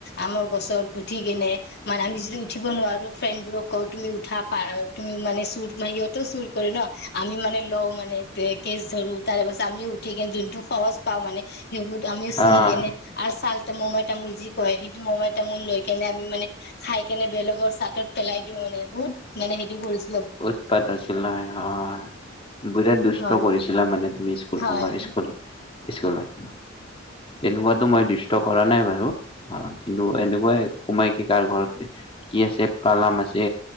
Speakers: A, on the left (about 60°); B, on the left (about 30°).
A: আমৰ গছত উঠি কেনে <unintelligible> <unintelligible> উঠিব নোৱাৰো ফ্ৰেণ্ডবোৰক কও তুমি উঠা পা তুমি মানে চুৰ মাৰত ত চুৰ কৰে ন। আমি মানে লওঁ মানে এ কেছ ধৰো তাৰে পাছত আমিও উঠি কিনে যোনটো সহজ পাওঁ মানে সেইবোৰ আমিও ছিঙি
B: আহ
A: কেনে আৰু ছাল ত ম'মাই তামোল যি কয়, সেইটো ম'মাই তামোল লৈ কেনে, আমি মানে খাই কেনে, বেলেগৰ চাটত পেলাই দিও মানে, বহুত মানে হেটো কৰিছো।
B: উৎপাত আছিল নহ, অ', বোলে দুষ্ট
A: হয়
B: কৰিছিলা মানে তুমি স্কুল
A: হয়
B: সময়ত স্কুললত তেনেকুৱাতো মই দুষ্ট কৰা নাই বাৰু, অ', কিন্তু এনেকুৱাই সোমাই কি, কাৰ ঘৰত কি আছে, পালাম আছে,